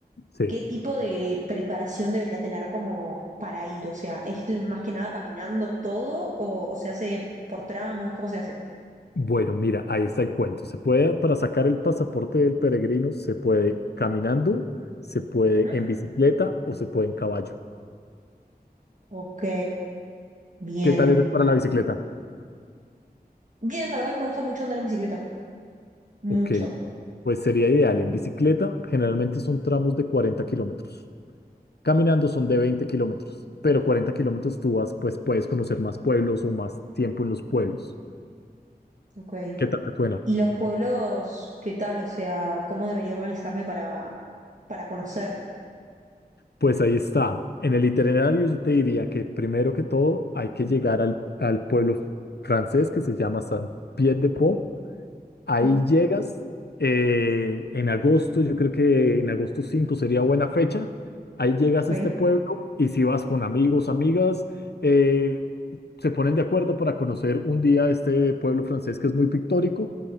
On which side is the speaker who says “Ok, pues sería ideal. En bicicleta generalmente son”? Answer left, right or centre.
Left